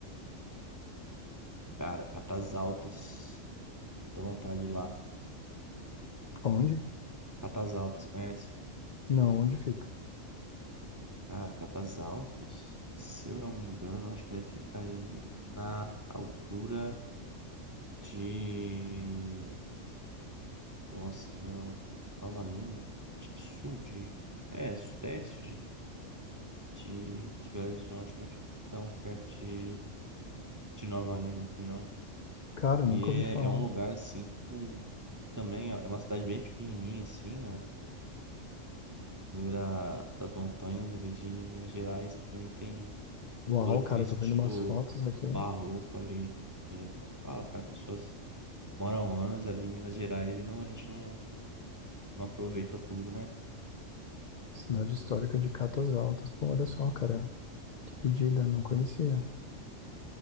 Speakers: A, on the right (about 20°); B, on the left (about 55°).
A: Cara, Catas Altas, dá vontade de ir lá.
B: Onde?
A: Catas Altas, conhece?
B: Não, onde fica?
A: Ah, Catas Altas. Se eu não me engano, acho que ele fica ali na altura de. Nossa, não. Nova Lima. Acho que sul de. É, sudeste de, de, de Belo Horizonte. Não fica tão perto de, de Nova Lima, assim, não.
B: Cara, eu
A: E
B: nunca
A: é,
B: ouvi falar.
A: é um lugar, assim, com. Também é é uma cidade bem pequenininha, assim, na no meio da, das montanhas ali de Minas Gerais. Também tem.
B: Uau,
A: todo aquele
B: cara,
A: estilo
B: eu tô vendo umas fotos aqui.
A: barroco ali. É, fala, cara, pessoas moram anos ali em Minas Gerais e não, a gente não, não aproveita tudo, né?
B: Cidade histórica de Catas Altas. Pô, olha só, cara. Que pedida, não conhecia.